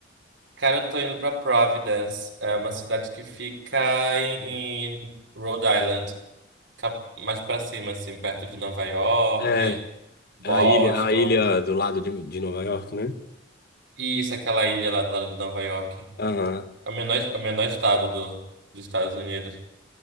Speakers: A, on the right; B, on the left.
A: Cara, eu tô indo pra Providence, é uma cidade que fica em, em Rhode Island, cap- mais pra cima, assim, perto de Nova York,
B: É,
A: Boston.
B: a ilha, a ilha do lado de, de Nova York, né?
A: E isso, aquela ilha lá do lado de Nova York.
B: Aham.
A: É o menor, é o menor estado do, dos Estados Unidos.